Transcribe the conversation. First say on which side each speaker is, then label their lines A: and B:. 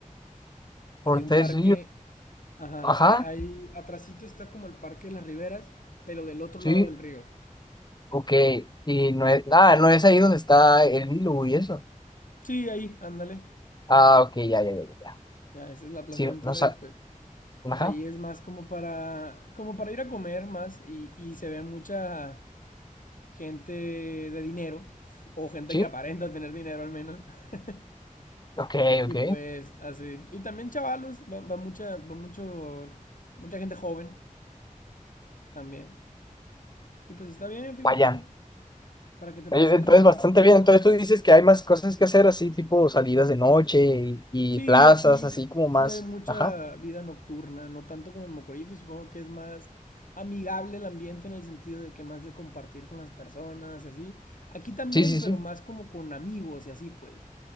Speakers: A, on the left; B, on the left.
A: Por
B: Hay un
A: tres
B: parque, ajá,
A: ajá,
B: hay, hay- atrasito está como el Parque de las Riberas, pero del otro
A: sí,
B: lado del río.
A: ok, y no es, ah, no es ahí donde está el Nilo y eso.
B: Sí, ahí, ándale.
A: Ah, ok, ya, ya, ya, ya,
B: Ya, esa es la Plaza
A: sí,
B: Ventura
A: no sa-
B: y pues
A: ajá,
B: Ahí es más como para, como para ir a comer más y, y se ve mucha gente de dinero o gente
A: sí,
B: que aparenta tener dinero al menos. <laughs>
A: ok,
B: Y
A: ok,
B: pues así. Y también chavalos, va, va mucha, va muchos, mucha gente joven también. Y pues está bien, fíjate,
A: vaya.
B: para que te
A: Oye,
B: pases
A: Entonces,
B: un rato
A: bastante
B: aprovechando
A: bien. Entonces,
B: que estás
A: tú
B: aquí.
A: dices que hay más cosas que hacer, así tipo salidas de noche y, y
B: Sí,
A: plazas,
B: aquí
A: así como más.
B: sí hay mucha
A: Ajá.
B: vida nocturna, no tanto como en Mocorito, supongo que es más amigable el ambiente en el sentido de que más de compartir con las personas y así. Aquí también,
A: Sí, sí,
B: pero
A: sí.
B: más como con amigos y así, pues.